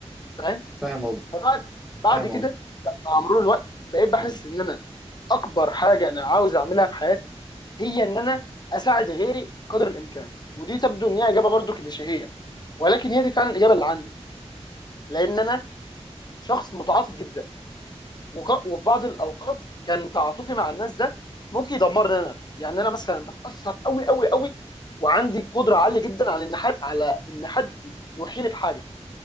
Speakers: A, on the left; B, in the centre.
A: فاهم
B: فاهم قصدي
A: فبعد بعد
B: فاهم
A: كده
B: قصدي
A: مع مرور الوقت بقيت بحس
B: فاهم
A: ان انا اكبر حاجه انا عاوز اعملها في حياتي هي ان انا اساعد غيري قدر الامكان ودي تبدو ان هي اجابه برضو كليشيهيه ولكن هي دي فعلا الاجابه اللي عندي لان انا شخص متعاطف جدا وك- وفي بعض الاوقات كان تعاطفي مع الناس ده ممكن يدمرني انا يعني انا مثلا بتاثر قوي قوي قوي وعندي قدره عاليه جدا على ان حد على ان حد يوحيني بحاجه